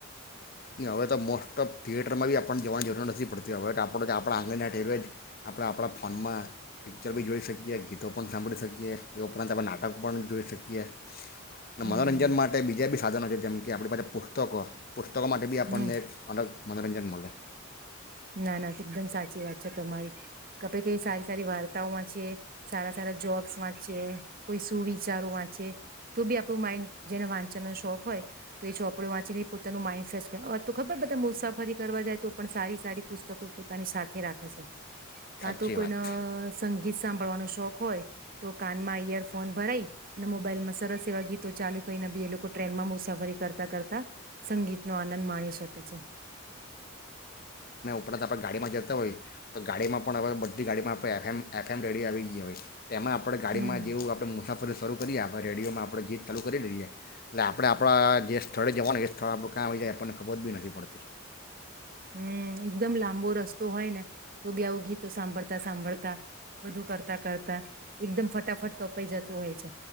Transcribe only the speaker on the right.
હમ
હમ
ના ના એકદમ સાચી વાત છે તમારી કપ ક સારી સારી વાર્તાઓ વાંચ છે સારા સારા જોક્સ વાંચે કોઈ સુવિચારો વાંચે તો બી આપણું માઇન્ડ જેને વાંચવાનો શોખ હોય તો એ ચોપડો વાંચીને પોતાનું માઇન્ડ ફેશ કરે તો ખબર પ મુસાફરી કરવા જાય તો પણ સારી સારી પુસ્તકો પોતાની સાથે રાખે છે કા
તો કોઈને
સંગીત સાંભળવાનો શોખ હોય તો કાનમાં ઈયરફોન ભરાઈ અને મોબાઈલમાં સરસ એવા ગીતો ચાલુ કરીને બી એ લોકો ટ્રેનમાં મુસાફરી કરતા કરતા સંગીત નો આનંદ માણી શકે છે
હમ
હમ એકદમ લાંબો રસ્તો હોય ને તો બી આવ ગીતો સાંભળતા સાંભળતા બધું કરતા કરતા એકદમ ફટાફટ કપાઈ જતુ હોય છે